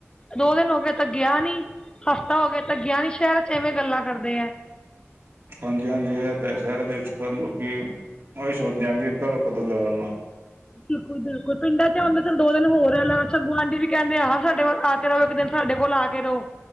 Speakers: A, on the left; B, on the right.
A: ਦੋ ਦਿਨ, ਹੋ ਗਏ ਤਾਂ ਗਿਆ ਨੀ। ਹਫ਼ਤਾ, ਹੋ ਗਿਆ ਤਾਂ ਗਿਆ ਨੀ। ਸ਼ਹਿਰ ਚ ਇਵੇਂ ਗੱਲਾਂ ਕਰਦੇ ਹੈ।
B: ਹਾਂਜੀ- ਹਾਂਜੀ, ਇਹ ਤਾਂ ਹੈ। ਸ਼ਹਿਰ ਦੇ ਵਿੱਚ ਲੋਕੀ, ਉਹੀ ਸੋਚਦੇ ਆ, ਵੀ ਘਰੋਂ ਕਦੋਂ ਜਾ ਆਉਣਾ।
A: ਬਿਲਕੁਲ- ਬਿਲਕੁਲ, ਪਿੰਡਾਂ ਚ ਹੋਦਾਂ, ਚਲ ਦੋ ਦਿਨ ਹੋਰ ਰੈਲਾ। ਅਛਾ, ਗੁਆਂਢੀ ਵੀ ਕਹਿੰਦੇ, ਆ ਸਾਡੇ ਵਲ ਆ। ਚਲੋ ਇੱਕ ਦਿਨ, ਸਾਡੇ ਕੋਲ, ਆ ਕੇ ਰਹੋ।